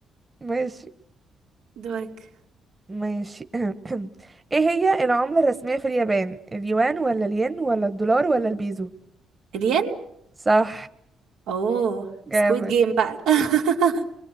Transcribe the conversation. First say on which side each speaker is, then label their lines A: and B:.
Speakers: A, on the right; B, on the right.
A: ماشي
B: دورك
A: ماشي <clears throat> ايه هي العملة الرسمية في اليابان اليوان ولا الين ولا الدولار ولا البيزو
B: الين
A: صح
B: اوه
A: جامد
B: سكويد جيم بقى <laughs>